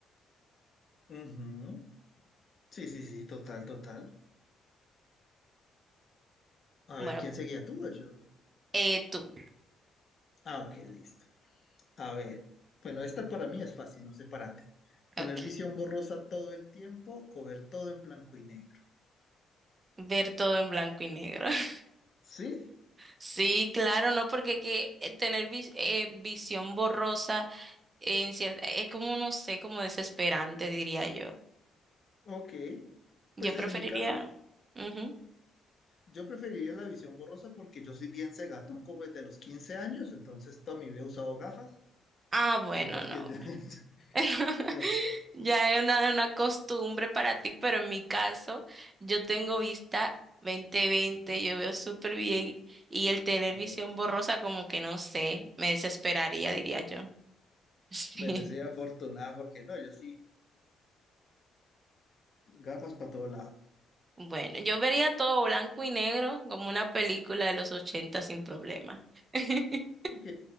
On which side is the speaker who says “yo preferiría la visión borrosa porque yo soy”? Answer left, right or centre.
Left